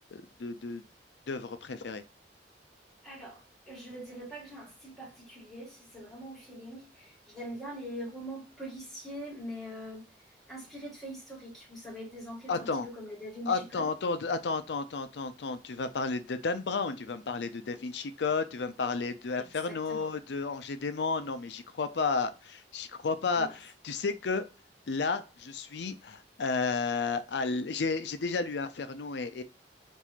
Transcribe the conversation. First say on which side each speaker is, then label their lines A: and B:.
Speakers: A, on the left; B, in the centre.
A: de, de- d'œuvre préférée?
B: Alors, je dirais pas que j'ai un style particulier, c'est c'est vraiment au feeling. J'aime bien les romans policiers, mais euh, inspirés de faits historiques, où ça va être des enquêtes
A: Attends,
B: un petit peu comme le Da Vinci
A: attends,
B: Code.
A: attends, attends, attends, attends, attends, attends. Tu vas parler de Dan Brown, tu vas me parler de Da Vinci Code, tu vas me parler de Inferno,
B: Exactement,
A: de Ange et Démon. Non, mais j'y crois pas. J'y crois pas.
B: oui. Oui.
A: Tu sais que là, je suis. euh, à l- j'ai j'ai déjà lu Inferno et,